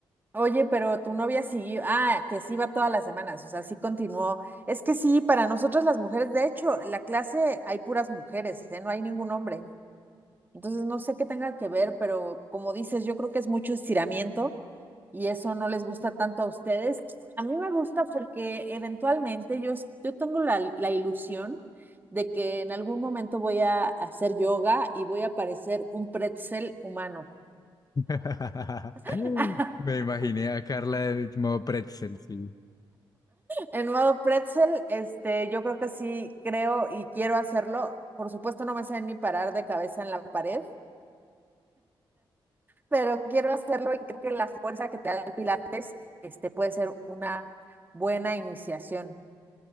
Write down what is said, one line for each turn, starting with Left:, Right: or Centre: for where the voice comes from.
Right: Oye, pero tu novia siguió, ah, que sí va todas las semanas, o sea, sí continuó. Es que sí, para nosotras las mujeres, de hecho, en la clase hay puras mujeres, ¿eh? No hay ningún hombre. Entonces, no sé qué tenga que ver, pero como dices, yo creo que es mucho estiramiento y eso no les gusta tanto a ustedes. A mí me gusta porque eventualmente yo, yo tengo la, la ilusión de que en algún momento voy a hacer yoga y voy a parecer un pretzel humano.
Left: <laughs>
Right: <laughs>
Left: Me imaginé a Carla en modo pretzel, sí.
Right: En modo pretzel, este, yo creo que sí creo y quiero hacerlo. Por supuesto, no me sé ni parar de cabeza en la pared, pero quiero hacerlo y creo que la fuerza que te da el pilates este puede ser una buena iniciación.